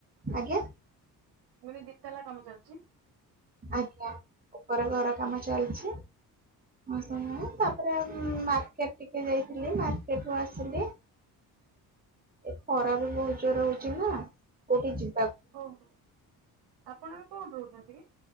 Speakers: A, on the right (about 20°); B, on the right (about 70°).
A: ଆଜ୍ଞା?
B: କହିଲି ଦି ତାଲା କାମ ଚାଲିଛି
A: ଆଜ୍ଞା ଉପରେ ଘର କାମ ଚାଲଚି ଆଉ <unintelligible> ତାପରେ ଉଁ ମାର୍କେଟ ଟିକେ ଯାଇଥିଲି ମାର୍କେଟ ରୁ ଆସିଲି। ଏ ଖରା ବି ବହୁତ ଜୋରେ ହଉଚି ନା କୋଉଠି ଜି
B: ହଉନି ଆପଣ ଏବେ କୋଉଠି ରହୁଚନ୍ତି କି?